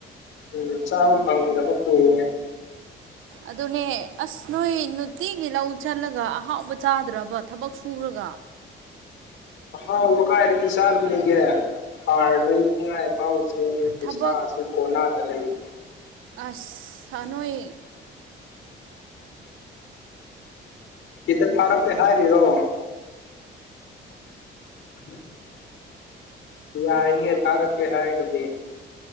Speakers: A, on the left; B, on the right.
A: ꯎꯝ ꯆꯥꯕ ꯐꯪꯗꯕ ꯀꯨꯏꯔꯦ
B: ꯑꯗꯨꯅꯦ ꯑꯁ ꯅꯣꯏ ꯅꯨꯡꯇꯤꯒꯤ ꯂꯧ ꯆꯠꯂꯒ ꯑꯍꯥꯎꯕ ꯆꯥꯗ꯭ꯔꯕ ꯊꯕꯛ ꯁꯨꯔꯒ
A: ꯑꯍꯥꯎꯕ ꯀꯥꯏꯗꯒꯤ ꯆꯥꯕꯅꯤꯒꯦ ꯍꯥꯔ ꯂꯩꯅꯤꯉꯥꯏ ꯐꯥꯎ ꯄꯤꯁꯥꯁꯦ
B: ꯊꯕꯛ
A: ꯀꯣꯅꯥꯗ ꯂꯩ
B: ꯑꯁ ꯊꯅꯣꯏ
A: ꯈꯤꯇ ꯊꯔꯛ ꯀꯦ ꯍꯥꯏꯔꯤ ꯔꯣ <inaudible> ꯌꯥꯏꯌꯦ ꯊꯥꯔꯛꯀꯦ ꯍꯥꯏꯒꯗꯤ